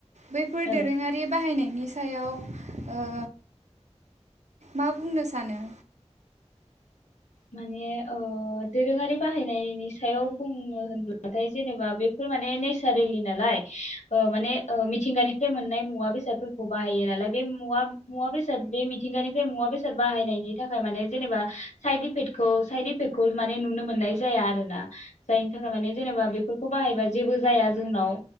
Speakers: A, on the right; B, on the left.
A: बैफोर
B: औ
A: दोरोङारि बाहायनायनि सायाव ओ मा बुंनो सानो
B: माने ओ दोरोङारि बाहायनायनि सायाव बुंनो होनब्लाथाय जेनेबा बेफोर माने नेसारेलि नालाय ओ माने ओ मिथिंगानिफ्राय मोननाय मुवा बेसादफोरखौ बाहायो नालाय बे मुवा मुवा बेसाद बे मिथिंगानिफ्राय मुवा बेसाद बाहायनायनि थाखाय माने जेनेबा साइद इफेक्टखौ साइद इफेक्टखौ माने नुनो मोननाय जाया आरोना जायनि थाखाय माने जेनेबा बेफोरखौ बाहायबा जेबो जाया जोंनाव